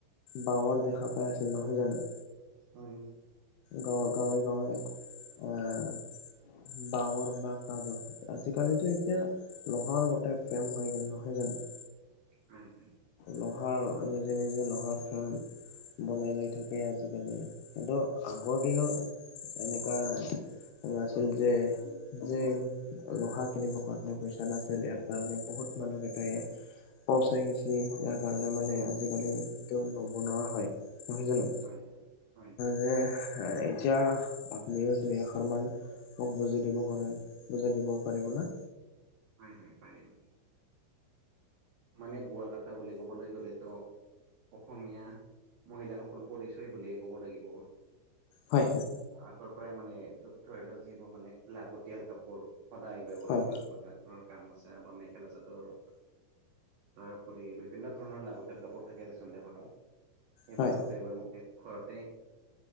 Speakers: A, on the left; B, on the right.
A: বাৱৰ দেখা পাই আছিল নহয় জানো
B: হয় ন
A: গাঁৱৰ গাঁৱে গাঁৱে এ বাহৰ বা কাঠৰ আজি কালিতো এতিয়া লোহাৰ গোটে ফ্ৰেম হৈ গ'ল নহয় জানো
B: হয় হয়
A: লোহাৰ নিজে নিজে লোহাৰ ফ্ৰেম বনাই লৈ থাকে আজিকালি কিন্তু আগৰ দিনৰ এনেকা নাছিল যে যে লোহা কিনিবৰ কাৰণে পইচা নাছিল ইয়াৰ কাৰণে বহুত মানুহকেইটাই পচাই গৈছে ইয়াৰ কাৰণে মানে আজি কালি এইটো নবনোৱা হয় নহয় জানো
B: হয় হয় হয়
A: যে এতিয়া আপনিও দুই আখৰ মান মোক বুজাই দিব পাৰে বুজাই দিব পাৰিব না
B: হয় হয় পাৰিম মানে বোৱা কাটা বুলি ক'বলৈ গ'লেতো অসমীয়া মহিলাসকল পৰিচয় বুলিয়ে ক'ব লাগিব
A: হয় হয়
B: আগৰ পৰাই মানে ধৰি লও যিবোৰ মানে লাগতিয়াল কাপোৰ সদায় ব্যৱহাৰ
A: হয়
B: কৰা যেনে ধৰণৰ গামোচা বা মেখেলা চাদৰ তাৰোপৰি বিভিন্ন ধৰণৰ লাগতিয়াল কাপোৰ থাকে দেচোন দে ঘৰত এইবোৰ
A: হয় হয়
B: গোটেইবোৰ এ ঘৰতে